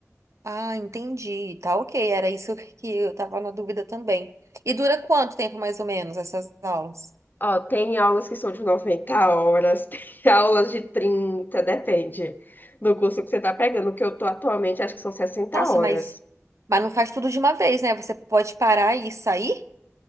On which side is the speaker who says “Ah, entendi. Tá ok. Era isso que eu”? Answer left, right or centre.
Right